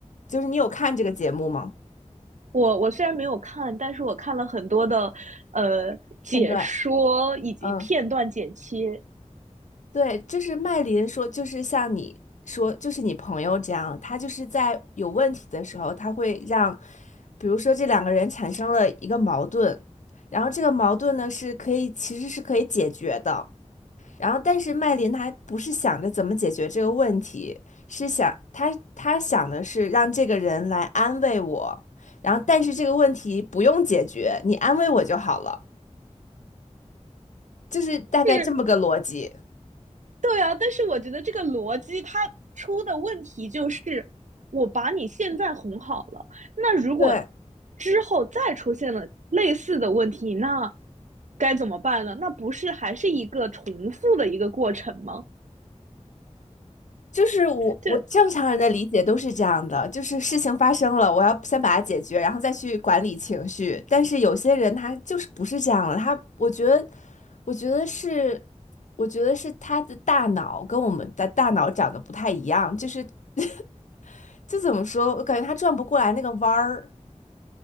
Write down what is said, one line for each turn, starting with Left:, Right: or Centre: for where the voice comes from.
Left: 就是你有看这个节目吗？
Right: 我我虽然没有看，但是我看了很多的呃解说以及片段剪切。
Left: 片段，嗯。对，就是麦琳说，就是像你说，就是你朋友这样，他就是在有问题的时候，他会让，比如说这两个人产生了一个矛盾，然后这个矛盾呢是可以，其实是可以解决的。然后，但是麦琳她不是想着怎么解决这个问题，是想她她想的是让这个人来安慰我，然后但是这个问题不用解决，你安慰我就好了，就是大概这么个逻辑。
Right: 是，对啊，但是我觉得这个逻辑它出的问题就是，我把你现在哄好了，那如果
Left: 对。
Right: 之后再出现了类似的问题，那该怎么办呢？那不是还是一个重复的一个过程吗？
Left: 就是我，
Right: 就。
Left: 我正常人的理解都是这样的，就是事情发生了，我要先把它解决，然后再去管理情绪。但是有些人他就是不是这样的，他我觉得，我觉得是，我觉得是他的大脑跟我们的大脑长得不太一样，就是 <laughs> 就怎么说，我感觉他转不过来那个弯儿。